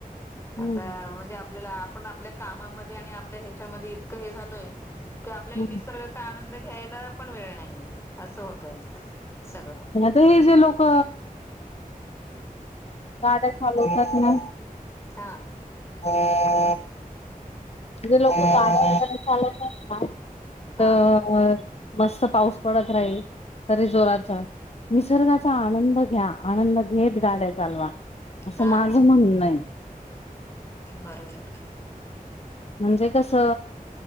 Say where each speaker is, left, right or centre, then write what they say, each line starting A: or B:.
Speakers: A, on the left (about 45°); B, on the left (about 15°).
A: हम्म
B: आता म्हणजे आपल्याला. पण आपल्या कामा आणि आपल्या ह्याच्यामध्ये इतकं हे झालय की आपल्याला
A: हम्म
B: निसर्गच. चा आनंद घ्यायला पण वेळ नाहीे असं होतय सगळं.
A: त हे जे लोक. गाड्या चालवतात ना.
B: हा,
A: ह <inaudible> जे लोक गाड्या
B: हॅलो
A: वगैरे चालवतात ना
B: हा
A: तवर. मस्त पाऊस पडत राहील. तरी जोराचा निसर्गाचा आणंद घ्या आणंद घेत गाड्या चालवा. असं
B: हा
A: माझं
B: ना
A: म्हणणं आहे.
B: बरोबर.
A: म्हणजे कस?